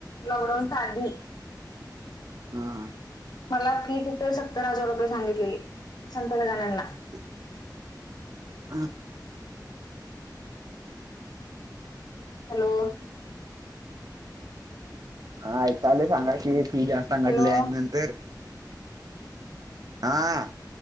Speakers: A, on the left; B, on the right.
A: लॉकडाऊनचा आदी
B: हां
A: मला फी तिथं सत्तर हजार रुपये सांगितली संत गजाननला.
B: <unintelligible>
A: हॅलो.
B: <inaudible> हा ऐकायलोय सांगा की, फी जास्त सांगितल्या
A: हॅलो
B: आणि नंतर आं